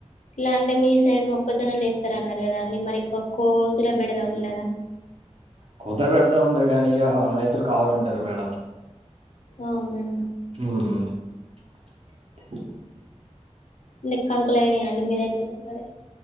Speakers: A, on the left; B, on the right.
A: ఇట్ల అంటే మీ సైడ్ మొక్కజొన్న వేస్తారు అన్నారు కదా అండి మరి కోతుల బెడదా ఉండదా
B: కోతుల బెడదా ఉండదు కానీ ఇగా రైతులు కావాల ఉంటారు మేడం
A: అవున
B: హు
A: మీకు కాంకులు అయినా అండి మీ దగ్గర మరి